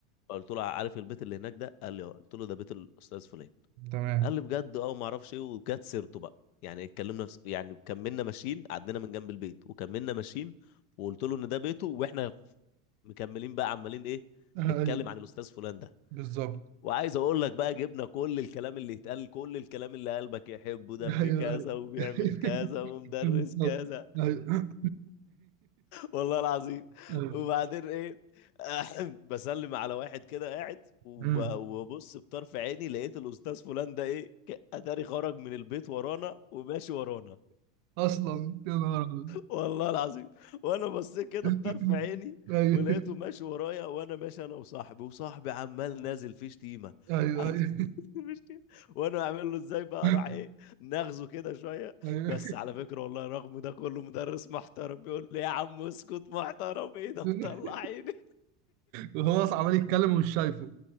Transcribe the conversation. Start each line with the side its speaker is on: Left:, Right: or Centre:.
Left: فقلت له عارف البيت اللي هناك ده قال لي آه. قلت له ده بيت الاستاذ فلان
Right: تمام
Left: قال لي بجد اه وما اعرفش ايه وجت سيرته بقى يعني اتكلمنا في... يعني كملنا ماشيين عدينا من جنب البيت وكملنا ماشيين وقلت له ان ده بيته واحنا مكملين بقى عمالين ايه
Right: أيوه
Left: نتكلم عن الاستاذ فلان ده
Right: بالظبط
Left: وعايز اقول لك بقى جبنا كل الكلام اللي يتقال كل الكلام اللي قلبك يحبه ده
Right: أيوه
Left: ابن كذا
Right: أيوه
Left: وبيعمل
Right: <laughs>
Left: كذا ومدرس
Right: بالظبط
Left: كذا
Right: أيوه
Left: والله العظيم
Right: <laughs>
Left: وبعدين ايه أحم، بسلم على واحد كده قاعد وب-
Right: أيوه
Left: وببص بطرف عيني لقيت الاستاذ فلان ده ايه ك- اتاري خرج من البيت ورانا وماشي ورانا
Right: أصلا يا نهار أبيض.
Left: والله العظيم وانا بصيت كده
Right: <laughs>
Left: بطرف عيني
Right: أيوه
Left: ولقيته ماشي ورايا وانا ماشي انا وصاحبي وصاحبي عمال نازل فيه شتيمه
Right: أيوه
Left: عمال
Right: أيوه
Left: <laughs> نازل فيه شتيمة. وانا اعمل له ازاي بقى
Right: <laughs>
Left: راح ايه ناخذه كده شويه
Right: أيوه
Left: بس على فكره والله رغم ده كله مدرس محترم بيقول لي يا عم اسكت محترم ايه ده
Right: <laughs>
Left: مطلعيني
Right: وهو اصلا عمال يتكلم ومش شايفه